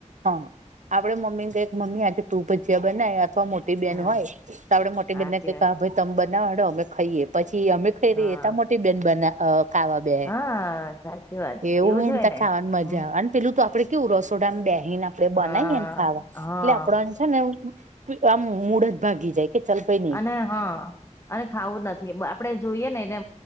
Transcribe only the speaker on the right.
હા આપડે મમ્મી ને ક કે મમ્મી આજે તું ભજીયા બનાય અથવા મોટી. બેન
હોય તો આપડે મોટી
બેનને ભાઈ
તમે બનાવડો અમે ખાઈએ પછી અમે.
રી ત મોટી બેન બના અ ખાવા બે
એવું હોય
ને તો ખાવાની મજા
આવે. પેલું તો આપડે કેવું રસોડાને બેહીને આપડે બનાવીને
ખાવા
એટલે આપડ. હેને આમ મૂળ જ ભાગી જાય. કે ચલ ભઈ.